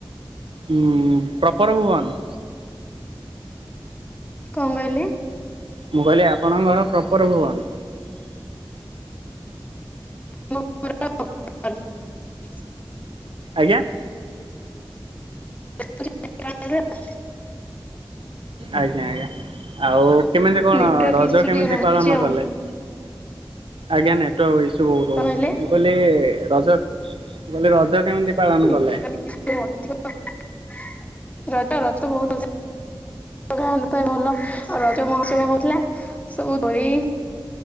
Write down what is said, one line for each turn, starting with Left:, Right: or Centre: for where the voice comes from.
Right: ହୁଁ ପ୍ରପର ଭୁବନ।
Left: କ ଣ କହିଲେ?
Right: ମୁଁ କହିଲି ଆପଣଙ୍କ ଘର ପ୍ରପର ଭୁବନ।
Left: <unintelligible>
Right: ଆଜ୍ଞା।
Left: <unintelligible>
Right: ଆଜ୍ଞା ଆଜ୍ଞା ଆଉ କେମିତି କଣ
Left: ନେଟୱାର୍କ
Right: ରଜ
Left: ଇସୁ
Right: କେମିତି
Left: ଟିକେ ରହୁଛି
Right: ପାଳନ
Left: ଆଉ।
Right: କଲେ? ଆଜ୍ଞା ନେଟୱାର୍ ଇସୁ ବହୁତ
Left: କଣ
Right: ହହୁଛି
Left: କହିଲେ?
Right: ମୁଁ କହିଲି ରଜ ମୁଁ କହିଲି ରଜ କେମିତି ପାଳନ
Left: ନେଟୱାର୍କ
Right: କଲେ?
Left: ଅଧିକ ରଜ ରଜ ବହୁତ ଗା ପାଇଁ ଭଲ ଆଉ ରଜ ମହୋସୟ ହଉଥିଲା ସବୁ ଦଳି।